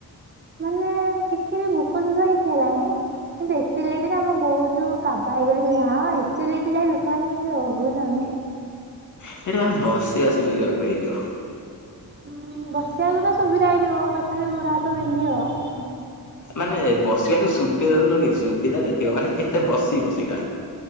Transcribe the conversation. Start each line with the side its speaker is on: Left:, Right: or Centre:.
Right: ମାନେ ହେଲେ ଟିକେ ବି ଭୋକ ଯ ଯୋଉ ହୁଏ କୁହନି କିନ୍ତୁ ଏତେ ଲେଟରେ ଆମେ ବହୁତ ଏଥୁରୁ କାବା ହେଇଗଲୁ କି ଯେ ହାଁ ଏତେ ଲଟେ ଯାଏ ଲୋକମାନେ କେମିତି ରହୁଛନ୍ତି।
Left: ସେଇଠି ମାନେ ବସି ଅସୁବିଧାକୁ ହେଇଯିବ।
Right: ଉଁ ବସିବାକୁ ତ ସୁବିଧା ହେଇଯିବ ତଥାପି ଗଡ ହାତ ବିନ୍ଧି ହେବ।
Left: ମାନେ ବସିବାକୁ ସୁବିଧା ତ ନୁହକି, ସୁବିଧା ଟା ଥିବ ମାନେ କେତେ ବସିବ ସେଇଟା।